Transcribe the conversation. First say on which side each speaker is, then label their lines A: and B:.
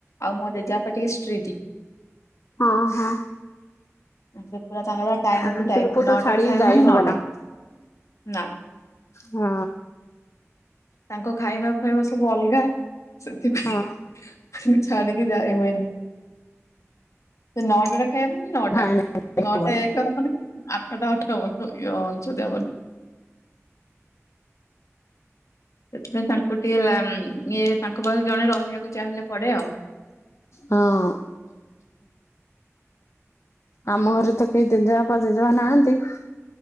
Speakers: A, on the left; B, on the left.
A: ଆଉ ମୋ ଜେଜେ ବାପା ଟିକେ ଷ୍ଟ୍ରିଟ୍।
B: ହଁ ହଁ।
A: ସେ ପୁରା ତାଙ୍କର ଟାଇମ
B: ଏମିତି
A: ଟୁ ଟାଇମ
B: ଲୋକ ତ
A: ନଅଟାରେ
B: ଛାଡିକି
A: ଖାଇବେ
B: ଯାଇ
A: ମାନେ
B: ହବନି।
A: ନଅ ଟା। ନା।
B: ହଁ।
A: ତାଙ୍କ ଖାଇବା ଫାଇବା ସବୁ ଅଲଗା ସେଥିପାଇଁ
B: ହଁ।
A: ଛାଡିକି ଯାଇ ହୁଏନି। ସେ ନଟ- ଟା ଖାଇବେ ମାନେ ନଅଟା
B: ନାଇଁ ନାଇଁ
A: ନଅଟା
B: ହବନି
A: ଏକ ହବନି, ଆଠଟା ଅଠାବନ କି ଅଣଶୋଠି ହେବନି। ସେଥିପାଇଁ ତାଙ୍କୁ ଟିକେ ଇଏ ତାଙ୍କ ପାଖରେ ଜଣେ ରହିବାକୁ ଯାହେଲେ ପଡ଼େ ଆଉ।
B: ହଁ ଆମ ଘରେ ତ କେହି ଜେଜେ ବାପା ଜେଜେ ମା ନାହାନ୍ତି।